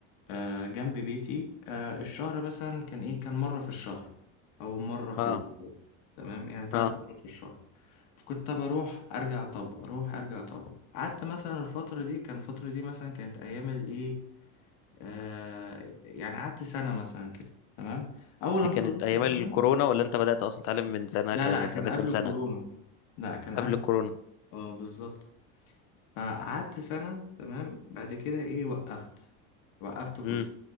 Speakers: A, on the left; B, on the left.
A: آه، جنب بيتي آه، الشهر مثلا كان ايه كان مرة في الشهر او مرة في
B: اه
A: الاسبوع تمام يعني ثلاث
B: اه
A: مرات في الشهر فكنت بروح ارجع اطبق اروح ارجع اطبق قعدت مثلا الفتره دي كان الفتره دي مثلا كانت ايام الايه آه يعني قعدت سنه مثلا كده تمام اول
B: دي
A: لما
B: كانت
A: خلصت
B: ايام
A: السنه
B: الكورونا ولا انت بدأت اصلا تتعلم من سنة
A: لا
B: كام
A: لا
B: وانت
A: كان
B: عندك
A: قبل
B: كام سنة
A: الكورونا لا كان
B: قبل
A: قبل
B: الكورونا
A: اه بالظبط فقعدت سنة تمام بعد كده ايه وقفت وقفت كورس
B: مم.